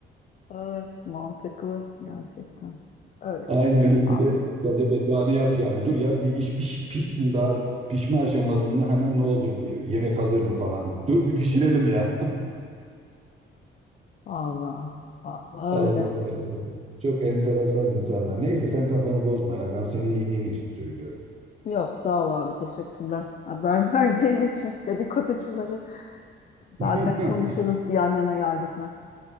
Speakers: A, on the left; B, on the right.
A: Evet, mantıklı gerçekten. Öyle
B: Aynen
A: işte
B: o
A: ya.
B: şekilde bence bedduanı yap yani. Dur ya bir iş piş, pişsin daha pişme aşamasında hemen ne oldu bir yemek hazır mı falan. Dur bir pişirelim ya.
A: Allah, Allah
B: Allah'ım
A: öyle.
B: yarabbim. Çok enteresan insanlar. Neyse sen kafanı bozma ya. Ben senin iyiliğin için söylüyorum.
A: Yok sağ ol abi teşekkürler. Haber <laughs> verdiğin için dedikoducuları zaten
B: <laughs>
A: konuşuruz yan yana geldik mi?